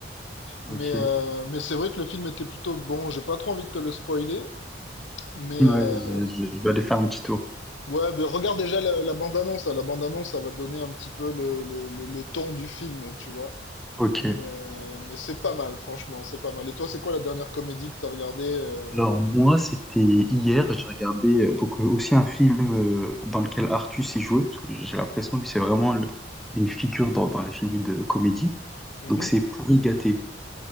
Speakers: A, in the centre; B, on the left.
A: ok.
B: Mais, euh, mais c'est vrai que le film était plutôt bon. J'ai pas trop envie de te le spoiler. Mais
A: Ouais,
B: euh,
A: je je- je vais aller faire un petit tour.
B: ouais, bah, regarde déjà la, la bande-annonce. hein. La bande-annonce, ça va donner un petit peu le, le, le, le ton du film, tu vois.
A: Ok.
B: Mais, euh, mais c'est pas mal, franchement, c'est pas mal. Et toi, c'est quoi la dernière comédie que t'as regardée euh,
A: Alors moi, c'était hier, j'ai regardé euh, donc euh, aussi un film euh, dans lequel Artus est joué, parce que j'ai l'impression lui c'est vraiment le- une figure dans, dans les films de comédie.
B: mhm.
A: Donc c'est Pourri gâté.